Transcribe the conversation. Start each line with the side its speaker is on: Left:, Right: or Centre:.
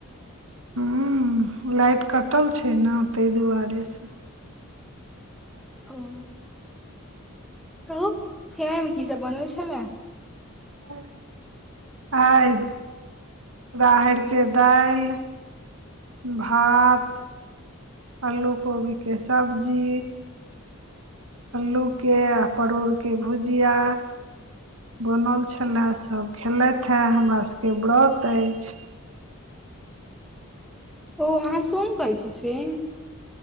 Right: हू लाइट कटल छैय न तैय दुआरे स
Centre: ओ कहु खेनैय मे की सब बनल छएला।
Right: उह आगि <unintelligible> राहैरके दालि भात अलू कोबी के सब्जी अल्लू के आ परोर के भुजिया बनल छलाय सब खेलथि ह हमरा सबके व्रत अछि।
Centre: ओ अहा सोम करै छी से